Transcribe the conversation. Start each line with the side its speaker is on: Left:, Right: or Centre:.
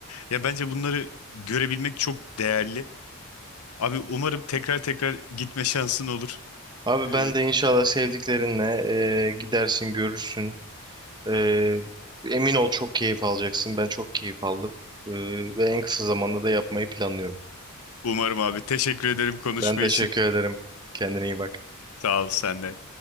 Left: Ya bence bunları görebilmek çok değerli. Abi umarım tekrar tekrar gitme şansın olur.
Right: Abi
Left: E,
Right: ben de inşallah sevdiklerinle e, gidersin, görürsün. E, emin ol çok keyif alacaksın. Ben çok keyif aldım. E, ve en kısa zamanda da yapmayı planlıyorum.
Left: umarım abi. Teşekkür ederim konuşma
Right: Ben teşekkür
Left: için.
Right: ederim. Kendine iyi bak.
Left: Sağ ol sen de.